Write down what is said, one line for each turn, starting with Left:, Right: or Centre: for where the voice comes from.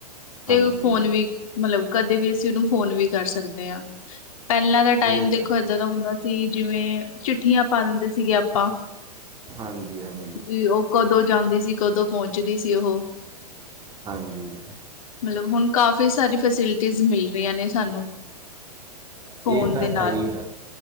Left: ਤੇ
Right: ਹਾਂਜੀ
Left: ਫੋਨ ਵੀ ਮੱਤਲਬ ਕਦੇ ਵੀ ਅਸੀਂ ਉਹਨੂੰ ਫੋਨ ਵੀ ਕਰ ਸਕਦੇ ਹਾਂ। ਪਹਿਲਾਂ ਦਾ ਟਾਈਮ
Right: ਇਹ
Left: ਦੇਖੋ
Right: ਤਾਂ
Left: ਏਦਾਂ ਦਾ ਹੁੰਦਾ ਸੀ ਜਿਵੇ ਚਿੱਠੀਆਂ ਪਾ ਦਿੰਦੇ ਸੀਗੇ ਆਪਾਂ
Right: ਹਾਂਜੀ ਹਾਂਜੀ
Left: ਜੀ ਉਹ ਕਦੋਂ ਜਾਂਦੀ ਸੀ ਕਦੋਂ ਪਹੁੰਚਦੀ ਸੀ ਉਹ?
Right: ਹਾਂਜੀ।
Left: ਮੱਤਲਬ ਹੁਣ ਕਾਫੀ ਸਾਰੀ ਫੈਸਿਲਿਟੀਜ਼ ਮਿਲ ਰਹੀਆਂ ਨੇ ਸਾਨੂੰ ਫੋਨ
Right: ਇਹ ਤਾਂ
Left: ਦੇ
Right: ਹੈ
Left: ਨਾਲ
Right: ਹੀ ਆ